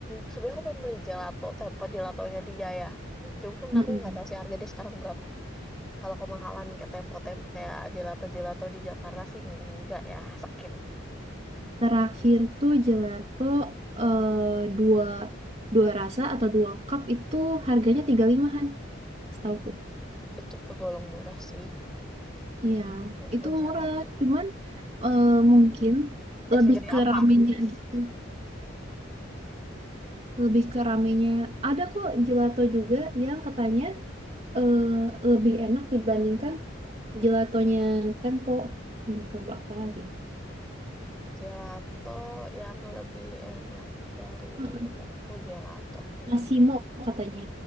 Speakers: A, in the centre; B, on the right.
A: sebenarnya aku pengen beli gelato, tempo gelatonya dia ya. Cuman
B: Mm-mm.
A: aku nggak tahu sih harga dia sekarang berapa. Kalau kemahalan kayak tempo tem kayak gelato gelato di Jakarta sih enggak ya, skip.
B: Terakhir tuh gelato eh, dua dua rasa atau dua cup itu harganya 35-an setauku.
A: Itu kegolong murah sih.
B: Iya,
A: Tempo
B: itu
A: gelato.
B: murah. Cuman eh, mungkin
A: Eh,
B: lebih
A: segede
B: ke
A: apa
B: ramenya
A: dulu <laughs>
B: gitu.
A: sih?
B: Lebih ke ramenya. Ada kok gelato juga yang katanya eh, lebih enak dibandingkan gelatonya Tempo. Duh, apa lagi? ya?
A: Gelato yang lebih enak dari
B: Mm-mm.
A: Tempo Gelato.
B: Massimo katanya.